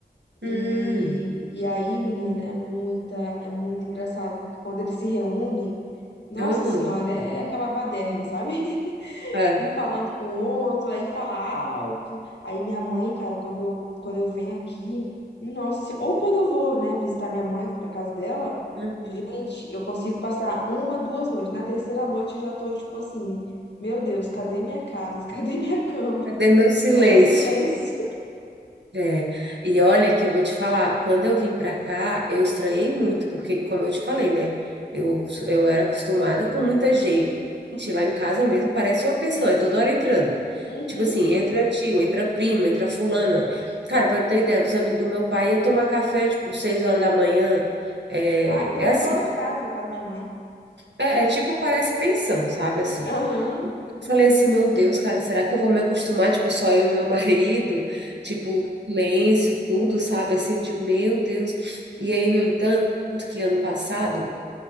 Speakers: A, on the right (about 90°); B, on the left (about 85°).
A: Hum,
B: E, e aí, menina, é muita, é muito engraçado, porque quando eles se reúnem, nossa
A: aham.
B: senhora, é aquela baderna, sabe?
A: É.
B: um falando com o outro, aí fala alto. Aí minha mãe, cara, quando eu, quando eu venho aqui, nossa, assim, ou quando eu vou, né, visitar minha mãe, vou pra casa dela,
A: Uhum.
B: gente, eu consigo passar uma, duas noites. Na terceira noite eu já tô tipo assim, meu Deus, cadê minha casa? <laughs> Cadê minha cama?
A: Cadê meu silêncio?
B: É o meu silêncio.
A: É, e olha que eu vou te falar, quando eu vim pra cá, eu estranhei muito, porque como eu te falei, né, eu, eu era acostumada com muita gente, lá em casa mesmo parece uma pessoa, é toda hora entrando.
B: Uhum.
A: Tipo assim, entra tio, entra prima, entra fulana. Cara, pra ter ideia, os amigos do meu pai iam tomar café, tipo, seis horas da manhã, é,
B: Ah, então
A: é
B: é
A: assim,
B: igual lá em casa, na casa da minha mãe.
A: é, é tipo, parece pensão, sabe, assim.
B: Aham.
A: E Eu falei assim, meu Deus, cara, será que eu vou me acostumar, tipo, só eu e meu <laughs> marido? Tipo, silêncio, tudo, sabe? Assim, eu digo, meu Deus. E aí, no entanto, que ano passado,